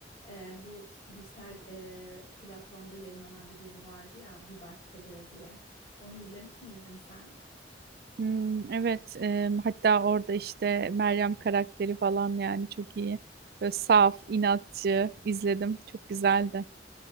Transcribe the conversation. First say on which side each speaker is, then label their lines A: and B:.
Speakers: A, on the left; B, on the right.
A: Ee, bu dijital e, platformda yayınlanan bir dizi vardı ya Bir Başkadır diye. Onu izlemiş miydin sen?
B: Hmm, evet, e, hatta orada işte Meryem karakteri falan yani çok iyi. Böyle saf, inatçı izledim. Çok güzeldi.